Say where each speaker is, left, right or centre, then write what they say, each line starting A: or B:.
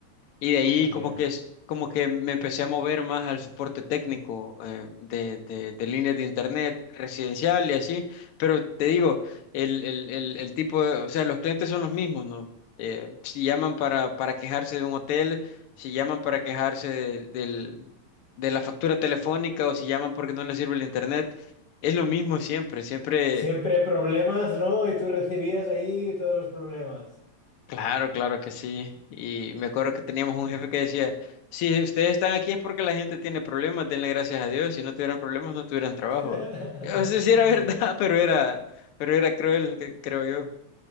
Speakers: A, on the left; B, on the left.
A: y de ahí
B: ya.
A: como que es como que me empecé a mover más al soporte técnico eh, de, de- de líneas de internet residencial y así. Pero te digo, el, el- el- el tipo de- o sea, los clientes son los mismos, ¿no? Eh, si llaman para, para quejarse de un hotel, si llaman para quejarse del, del- de la factura telefónica o si llaman porque no les sirve el internet, es lo mismo siempre. Siempre
B: Siempre problemas, ¿no? Y tú recibías ahí todos los problemas.
A: Claro, claro que sí. Y me acuerdo que teníamos un jefe que decía, si ustedes están aquí es porque la gente tiene problemas, denle gracias a Dios. Si no tuvieran problemas, no tuvieran trabajo.
B: <laughs>
A: <laughs> No sé si era verdad, <laughs> pero era, pero era cruel, que- creo yo.